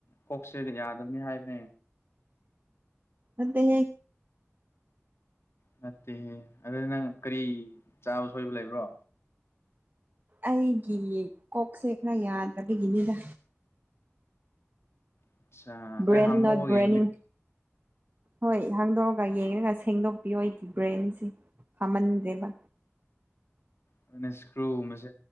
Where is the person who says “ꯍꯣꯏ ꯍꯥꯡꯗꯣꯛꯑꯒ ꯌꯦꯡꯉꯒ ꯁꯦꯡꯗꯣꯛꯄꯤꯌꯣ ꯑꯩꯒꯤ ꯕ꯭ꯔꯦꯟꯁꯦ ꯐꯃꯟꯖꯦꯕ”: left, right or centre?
Right